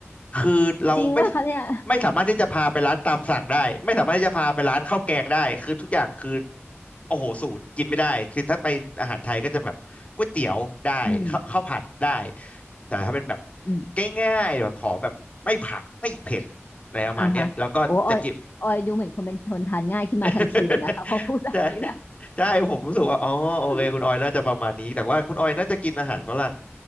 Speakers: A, on the left; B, on the left.
A: คือเราไม่
B: จริงป่ะคะเนี่ย
A: ไม่สามารถที่จะพาไปร้านตามสั่งได้ไม่สามารถที่จะพาไปร้านข้าวแกงได้คือทุกอย่างคือโอ้โหศูนย์กินไม่ได้คือถ้าไปอาหารไทยก็จะแบบก๋วยเตี๋ยวได้ข้าวข้าวผัดได้
B: อืม
A: แต่ถ้าเป็นแบบ
B: อืม
A: ง่ายๆแบบขอแบบไม่ผักไม่เผ็ดอะไรประมาณเนี้ยแล้วก็จะกิน
B: อ่าฮะโอ้ออยออยดูเหมือนคนเป็นคนทานง่ายขึ้นมาทันทีเลยนะคะ
A: <laughs>
B: <laughs> พอพูดแบบนี้แล้ว
A: แต่ใช่ผมรู้สึกว่าอ๋อโอเคคุณออยน่าจะประมาณนี้แต่ว่าคุณออยน่าจะกินอาหารฝรั่ง
B: <laughs>